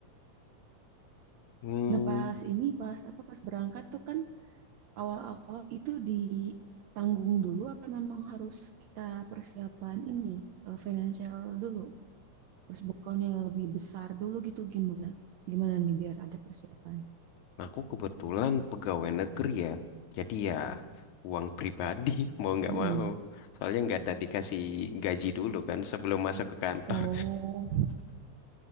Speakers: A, on the left; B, on the right.
A: Hmm,
B: Nah pas ini pas apa pas berangkat tuh kan awal-awal itu ditanggung dulu apa memang harus kita persiapan ini eh, financial dulu, terus bekalnya yang lebih besar dulu gitu gimana? Gimana nih biar ada persiapan?
A: aku kebetulan pegawai negeri ya. Jadi ya uang pribadi <laughs> mau nggak
B: Mm-mm.
A: mau. Soalnya nggak ada dikasih gaji dulu kan sebelum masuk ke kantor.
B: Oh,